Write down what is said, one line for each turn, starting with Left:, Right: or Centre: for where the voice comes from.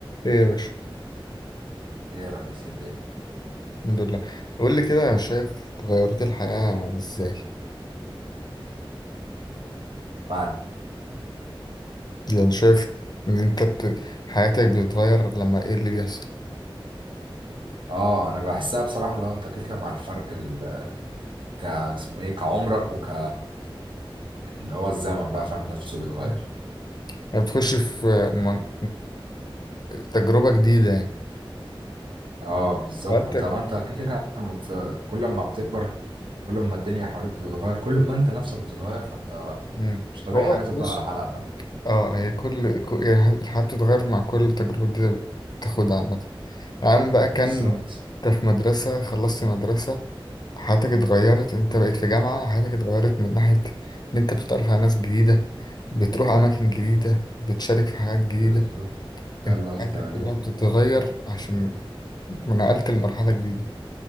Left: ايه يا باشا
Right: ايه يا ريس الدنيا
Left: الحمد لله قول لي كده شايف تغيرت الحياة ازاي
Right: بعد
Left: يعني شايف ان انت بت... حياتك بتتغير لما ايه اللي بيحصل
Right: اه انا بحسها بصراحه اللي هو انت كده كده مع الفرق ال... ك اسمه ايه كعمرك وك اللي هو الزمن بقى فاهم نفسه بيتغير
Left: مم. يعني بتخش في من... تجربة جديدة يعني
Right: اه بالظبط
Left: حياتك
Right: ما انت ما انت كده كده لما بت... كل ما بتكبر كل ما الدنيا حواليك بتتغير كل ما انت نفسك بتتغير فانت
Left: مم.
Right: مش طبيعي
Left: هو
Right: حاجه
Left: بص
Right: تفضل على حالها فاهم
Left: اه هي كل كل- هي الحياة بتتغير مع كل تجربة جديدة بتاخدها عامة عم بقى كان
Right: بالظبط
Left: انت في مدرسة خلصت مدرسة حياتك اتغيرت انت بقيت في جامعة حياتك اتغيرت من ناحية ان انت بتتعرف على ناس جديدة بتروح اماكن جديدة بتشارك في حاجات جديدة
Right: بالظبط ده
Left: انت
Right: اللي قصدي
Left: حياتك
Right: عليه
Left: كلها بتتغير عشان نقلت لمرحلة جديدة